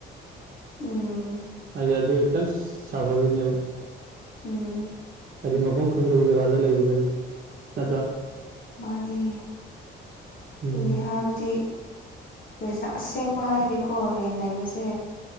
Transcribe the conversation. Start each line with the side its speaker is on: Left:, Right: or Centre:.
Left: ꯎꯝ
Right: ꯍꯥꯏꯗꯤ ꯑꯗꯨ ꯈꯤꯇꯪ ꯁꯥꯐꯗꯣꯏꯅꯦꯕ
Left: ꯎꯝ
Right: ꯍꯥꯏꯗꯤ ꯃꯐꯝ ꯈꯪꯗꯕ ꯖꯒꯥꯗ ꯂꯩꯕꯒꯗꯤ ꯅꯠꯇ꯭ꯔꯥ
Left: ꯃꯥꯅꯤ
Right: ꯎꯝ
Left: ꯑꯗꯨꯅꯤ ꯍꯥꯏꯕꯗꯤ ꯔꯣꯏꯖ ꯑꯁꯤ ꯑꯁꯦꯡꯕ ꯍꯥꯏꯒꯦꯀꯣ ꯔꯦꯟ ꯂꯩꯕꯁꯦ